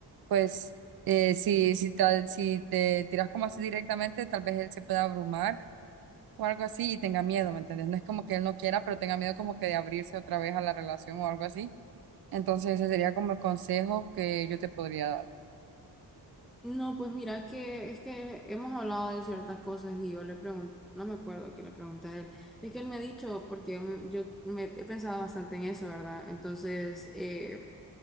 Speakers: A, on the right; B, in the centre.
A: pues eh, si, si, tal- si te tiras como así directamente, tal vez él se pueda abrumar o algo así y tenga miedo, ¿me entiendes? No es como que él no quiera, pero tenga miedo como que de abrirse otra vez a la relación o algo así. Entonces ese sería como el consejo que yo te podría dar.
B: No, pues mira que es que hemos hablado de ciertas cosas y yo le pregunto, no me acuerdo que le pregunté a él, es que él me ha dicho, porque yo, me yo me he pensado bastante en eso, ¿verdad? Entonces, eh,